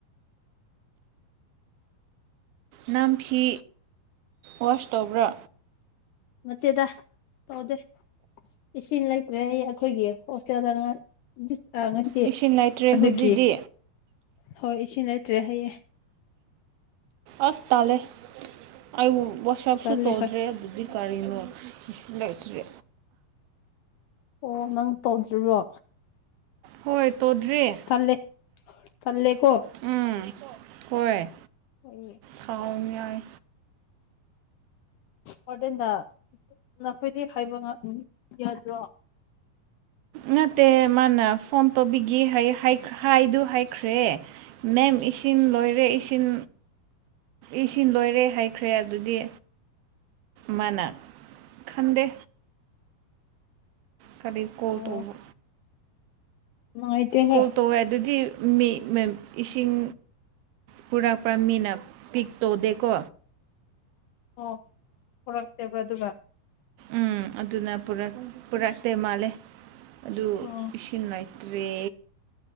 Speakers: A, on the right; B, on the left.
A: ꯅꯝꯐꯤ ꯋꯥꯁ ꯇꯧꯕ꯭ꯔꯥ
B: ꯅꯇꯦꯗ ꯇꯣꯗꯦ ꯏꯁꯤꯟ ꯂꯩꯇ꯭ꯔꯦ ꯍꯥꯏꯌꯦ ꯑꯈꯣꯏꯒꯤ ꯍꯣꯁꯇꯦꯜꯗ ꯑꯔꯡ <unintelligible> ꯉꯁꯤ
A: ꯏꯁꯤꯡ ꯂꯩꯇ꯭ꯔꯦ
B: ꯑꯗꯨꯒꯤ
A: ꯍꯧꯖꯤꯛꯇꯤ
B: ꯍꯣꯏ ꯏꯁꯤꯡ ꯂꯩꯇ꯭ꯔꯦ ꯍꯌꯦ
A: ꯑꯁ ꯇꯥꯜꯂꯦ ꯑꯩ ꯋꯥꯁꯞꯁꯨ
B: ꯇꯜꯂꯦ
A: ꯇꯧꯗ꯭ꯔꯦ
B: ꯍꯣꯏ
A: ꯑꯗꯨꯗꯤ ꯒꯥꯔꯤꯅꯣ ꯏꯁꯤꯡ ꯂꯩꯇ꯭ꯔꯦ
B: ꯑꯣ ꯅꯪ ꯇꯧꯗ꯭ꯔꯤꯕꯣ
A: ꯍꯣꯏ ꯇꯣꯗ꯭ꯔꯤ
B: ꯇꯜꯂꯦ ꯇꯜꯂꯦꯀꯣ
A: ꯎꯝ ꯍꯣꯏ
B: <inaudible>
A: ꯊꯥꯎꯝ ꯌꯥꯏ
B: ꯋꯔꯗꯦꯟꯗ ꯅꯈꯣꯏꯗꯤ ꯍꯥꯏꯕ <unintelligible> ꯌꯥꯗ꯭ꯔꯣ
A: ꯅꯠꯇꯦ ꯃꯥꯅ ꯐꯣꯝ ꯇꯣꯕꯤꯒꯦ ꯍꯥꯏ ꯍꯥꯏꯑ ꯍꯥꯏꯗꯨ ꯍꯥꯏꯈ꯭ꯔꯦ ꯃꯦꯝ ꯏꯁꯤꯝ ꯂꯣꯏꯔꯦ ꯏꯁꯤꯝ ꯏ ꯁꯤ ꯂꯣꯏꯔꯦ ꯍꯥꯏꯈ꯭ꯔꯦ ꯑꯗꯨꯗꯤ ꯃꯅꯥ ꯈꯟꯗꯦ ꯀꯔꯤ ꯀꯣꯜ
B: ꯑꯣ
A: ꯇꯣꯕ
B: ꯅꯨꯡꯉꯥꯏꯇꯦꯍꯦ
A: ꯀꯣꯜ ꯇꯣꯋꯦ ꯑꯗꯨꯗꯤ ꯃꯤ ꯃꯦ ꯏꯁꯤꯡ ꯄꯨꯔꯛꯄ ꯃꯤꯅ ꯄꯤꯛꯇꯣꯗꯦꯀꯣ
B: ꯑꯣ ꯄꯨꯔꯛꯇꯥꯕ꯭ꯔ ꯑꯗꯨꯒ
A: ꯎꯝ ꯑꯗꯨꯅ ꯄꯨꯔꯛ ꯄꯨꯔꯛꯇꯦ ꯃꯥꯜꯂꯦ ꯑꯗꯨ
B: ꯑꯣ
A: ꯢꯁꯤ ꯁꯤꯡ ꯂꯩꯇ꯭ꯔꯦ